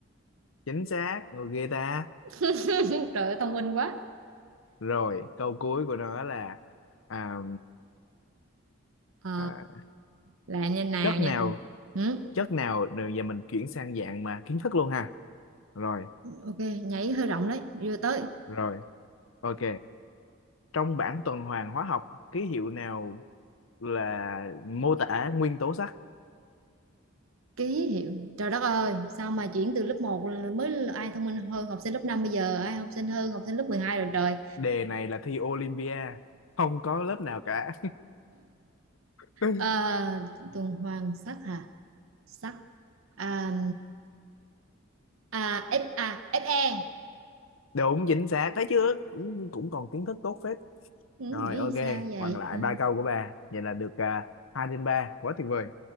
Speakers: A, on the left (about 75°); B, on the right (about 85°).
A: chính xác, người ghê ta.
B: <laughs> Trời ơi thông minh quá.
A: Rồi, câu cuối của nó là à,
B: Ờ,
A: à,
B: là như nào
A: chất
B: nha.
A: nào
B: Ừ.
A: chất nào rồi giờ mình chuyển sang dạng mà kiến thức luôn ha. Rồi,
B: Ok, nhảy hơi rộng đấy. Đưa tới.
A: rồi, ok. Trong bảng tuần hoàn hóa học, ký hiệu nào là mô tả nguyên tố sắt
B: ký hiệu trời đất ơi sao mà chuyển từ lớp một là mới là ai thông minh hơn học sinh lớp 5 bây giờ ai học sinh hơn học sinh lớp 12 rồi trời
A: đề này là thi Olympia không có lớp nào cả <laughs>
B: à, tuần hoàn sắc hả sắc à, à, F à, FE
A: đúng chính xác thấy chưa cũng, cũng còn kiến thức tốt phết
B: ừ,
A: rồi
B: nghĩ
A: ok
B: sao vậy
A: còn lại
B: Ờ,
A: ba câu của bà vậy là được à, hai trên ba quá tuyệt vời